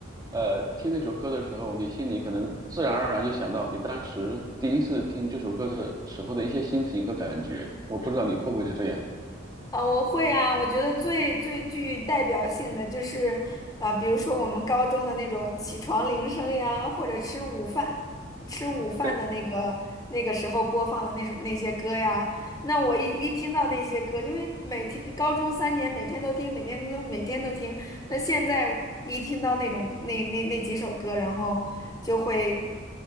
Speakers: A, on the right; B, on the left.
A: 呃，听那首歌的时候，你心里可能自然而然就想到你当时第一次听这首歌的时候的一些心情和感觉。我不知道你会不会是这样。
B: 啊，我会啊，我觉得最最具代表性的就是啊，比如说我们高中的那种起床铃声呀，或者吃午饭吃午饭的那个那个时候播放的那首那些歌呀。
A: <laughs>
B: 那我一一听到那些歌，因为每天高中三年每天都听，每天都每天都听。那现在一听到那种那那那几首歌，然后就会，